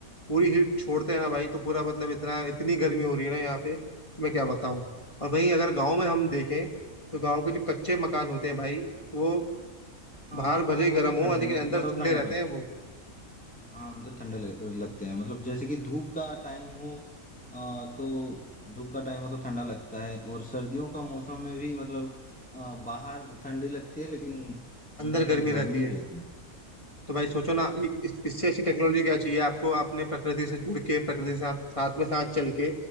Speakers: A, on the left; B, in the centre.
A: पूरी हीट छोड़ते हैं ना भाई तो पूरा मतलब इतना इतनी गर्मी हो रही है ना यहाँ पे मैं क्या बताऊं और वहीं अगर गांव में हम देखें तो गांव के जो कच्चे मकान होते हैं भाई वो
B: हाँ
A: बाहर
B: वो
A: भले
B: तो
A: ही
B: वो
A: गर्म
B: तो ठंड
A: हो लेकिन
B: मतलब
A: अंदर ठंडे
B: ठंडा लगता
A: रहते हैं
B: है
A: वो
B: हाँ अंदर ठंडे लग, लगते हैं मतलब जैसे कि धूप का टाइम हो अ, तो धूप का टाइम हो तो ठंडा लगता है और सर्दियों का मौसम में भी मतलब अ, बाहर ठंडी लगती है लेकिन
A: अंदर
B: अंदर तो
A: गर्मी
B: गर्मी
A: रहती है
B: ही रहती है
A: तो भाई सोचो ना इ- इस, इससे अच्छी टेक्नोलॉजी क्या चाहिए आपको आपने प्रकृति से जुड़ के प्रकृति के साथ साथ में साथ चल के